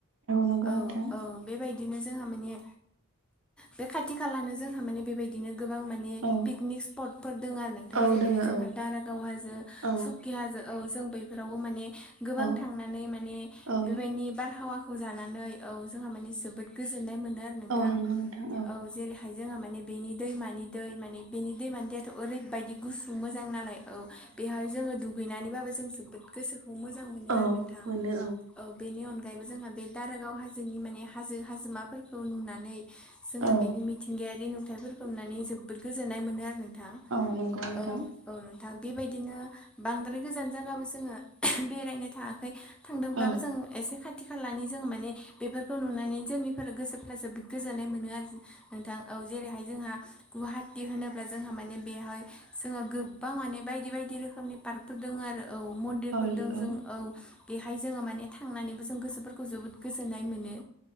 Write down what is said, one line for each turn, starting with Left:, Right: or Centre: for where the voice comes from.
Right: नंगौ
Centre: औ
Right: नोंथां
Centre: औ बेबायदिनो जोंहा माने बे खाथि खालानो जों हा माने बेबायदिनो गोबां माने ए
Right: औ
Centre: पिकनिक सिपथफोर दं आरो नोंथां।
Right: औ
Centre: जेरैहाय
Right: दोङो
Centre: जोंहा दारागाव हाजो
Right: औ
Centre: सुकि हाजो औ जों बैफोरावबो माने गोबां
Right: औ
Centre: थांनानै माने
Right: औ
Centre: बेबायनि बारहावाखौ जानानै औ जोंहा माने जोबोद गोजोननाय मोनो आरो नोंथां।
Right: औ नंगौ नोंथां
Centre: औ जेरै जोहा माने बेनि दैमानि दै माने बेनि दैमानि दैयाथ' ओरैबायदि गुसु मोजां नालाय औ। बेहाय जोङो दुगैनानैबाबो जों जोबोद गोसोखौ मोजां मोनो
Right: औ
Centre: आरो नोंथां।
Right: मोनो
Centre: औ बेनि अनगायैबो जोंहा बे दारागाव हाजोनि माने हाजो हाजोमाफोरखौ नुनानै जोङो
Right: औ
Centre: बेनि मिथिंगायारि नुथायफोरखौ नुनानै जोबोद गोजोननाय मोनो आरो नों थां
Right: औ नंगौ नोंथां
Centre: औ औ नोंथां बेबायदिनो बांद्राय गोजान जागाबो जोङो बेरायनो थाङाखै। थांदोंब्लाबो
Right: औ
Centre: जों एसे खाथि खालानि जोङो माने बेफोरखौ नुनानै जोंनिफोरा गोसोफोरा जोबोद गोजोननाय मोनो आरो जो नोंथां औ जेरैहाय जोंहा गुहाटि होनोब्ला जोंहा माने बेहाय जोंहा गोबां माने बायदि बायदि रोखोमनि पार्कफोर दङ आरो औ मिन दिरफोरदों
Right: औ नंगौ
Centre: जों औ। बेहाय जोङो माने थांनानैबो जों गोसोफोरखौ जोबोद गोजोननाय मोनो।